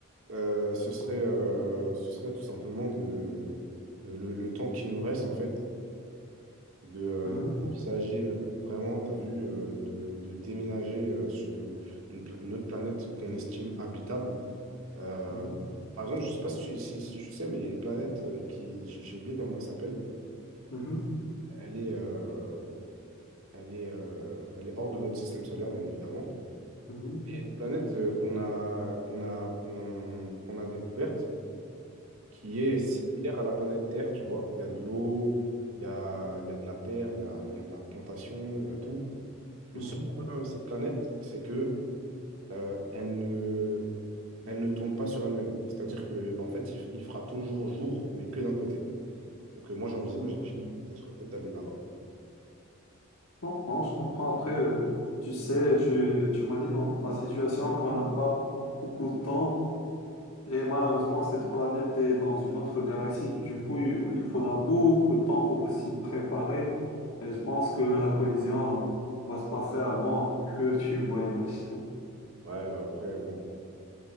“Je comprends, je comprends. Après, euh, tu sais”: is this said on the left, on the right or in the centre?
Left